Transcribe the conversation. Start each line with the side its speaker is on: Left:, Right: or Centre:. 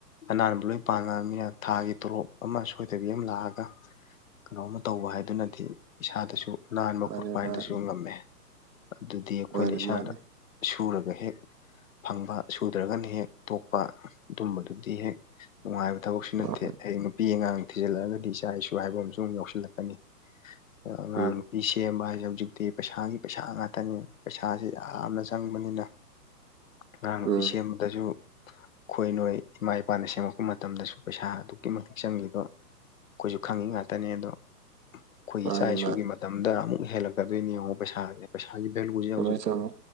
Left: ꯑꯅꯥꯟꯕ ꯂꯣꯏ ꯄꯥꯝꯃꯥꯃꯤꯅ ꯊꯥꯒꯤ ꯇꯣꯂꯣꯞ ꯑꯃ ꯁꯣꯏꯗꯕꯤ ꯑꯃ ꯂꯥꯛꯑꯒ ꯀꯩꯅꯣꯝꯃ ꯇꯧꯕ ꯍꯥꯏꯗꯨꯅꯗꯤ ꯏꯁꯥꯗꯁꯨ ꯅꯥꯟꯕ
Right: ꯃꯥꯅꯤ
Left: ꯈꯣꯠꯄ ꯍꯥꯏꯗꯨꯁꯨ
Right: ꯃꯥꯅꯤ
Left: ꯉꯝꯃꯦ ꯑꯗꯨꯗꯤ ꯑꯩꯈꯣꯏꯅ
Right: ꯃꯥꯅꯤ
Left: ꯏꯁꯥꯅ
Right: ꯃꯥꯅꯤ
Left: ꯁꯨꯔꯒ ꯍꯦꯛ ꯐꯪꯕ ꯁꯨꯗ꯭ꯔꯒꯅ ꯍꯦꯛ ꯇꯣꯛꯄ ꯑꯗꯨꯝꯕꯗꯨꯗꯤ ꯍꯦꯛ ꯅꯨꯡꯉꯥꯏꯕ ꯊꯕꯛꯁꯨ
Right: ꯍꯣꯏ
Left: ꯅꯠꯇꯦ ꯍꯌꯦ ꯅꯨꯄꯤ ꯑꯉꯥꯡ ꯊꯤꯖꯤꯜꯂꯛꯂꯒꯗꯤ
Right: ꯍꯣꯏ
Left: ꯏꯆꯥ ꯏꯁꯨ ꯍꯥꯏꯕ ꯑꯃꯁꯨ ꯑꯃꯨꯛ ꯌꯥꯎꯁꯤꯜꯂꯛꯀꯅꯤ ꯑꯉꯥꯡ
Right: ꯎꯝ
Left: ꯅꯨꯄꯤ ꯁꯦꯝꯕ ꯍꯥꯏꯁꯦ ꯍꯧꯖꯤꯛꯇꯤ ꯄꯩꯁꯥꯒꯤ ꯄꯩꯁꯥ ꯉꯥꯛ ꯉꯥꯛꯇꯅꯤ ꯄꯩꯁꯥꯁꯤ ꯌꯥꯝꯅ ꯆꯪꯕꯅꯤꯅ ꯑꯉꯥꯡ ꯅꯨꯄꯤ
Right: ꯎꯝ
Left: ꯁꯦꯝꯕꯗꯁꯨ ꯈꯣꯏ ꯅꯣꯏ ꯏꯃꯥ ꯏꯄꯥꯅ ꯁꯦꯝꯃꯛꯄ ꯃꯇꯝꯗꯁꯨ ꯄꯩꯁꯥ ꯑꯗꯨꯛꯀꯤ ꯃꯇꯤꯛ ꯆꯪꯒꯤꯗꯣ ꯑꯩꯈꯣꯏꯁꯨ ꯈꯪꯉꯤ ꯉꯥꯛꯇꯅꯦ ꯑꯗꯣ ꯑꯩꯈꯣꯏꯒꯤ
Right: ꯃꯥꯅꯤ
Left: ꯏꯆꯥ ꯏꯁꯨꯒꯤ
Right: ꯃꯥꯅꯤ
Left: ꯃꯇꯝꯗ ꯑꯃꯨꯛ ꯍꯦꯜꯂꯛꯀꯗꯣꯏꯅꯤ ꯌꯦꯡꯉꯣ ꯄꯩꯁꯥꯁꯦ ꯄꯩꯁꯥꯒꯤ ꯚꯦꯂꯨꯁꯦ
Right: ꯆꯨꯝꯃꯦ
Left: ꯍꯧꯖꯤꯛ
Right: ꯆꯨꯝꯃꯦ